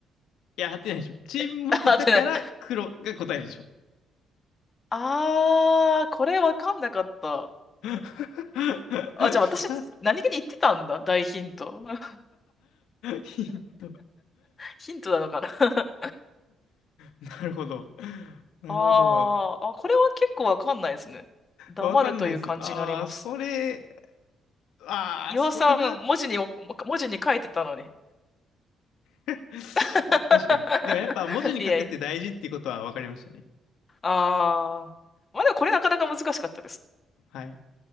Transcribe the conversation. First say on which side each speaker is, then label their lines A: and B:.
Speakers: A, on the left; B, on the left.
A: いや、合ってないでしょ。沈黙だから黒が答えでしょ。
B: <laughs> 合ってない。あー、これわかんなかった。
A: <laughs>
B: あ、じゃあ私、何気に言ってたんだ。大ヒント。<laughs>
A: ヒント。
B: ヒントなのかな。<laughs>
A: なるほど。なるほど。
B: あー、あ、これは結構わかんないですね。黙るという感じになります。
A: わかんないですね。ああ、それ、ああ、
B: 岩尾さん、
A: それな。
B: 文字にお、文字に書いてたのに。
A: <laughs>
B: <laughs>
A: 確かに。でもやっぱ文字に書くって大事っていうことは分かりましたね。
B: いやいや。あー。まあでもこれなかなか難しかったです。
A: はい。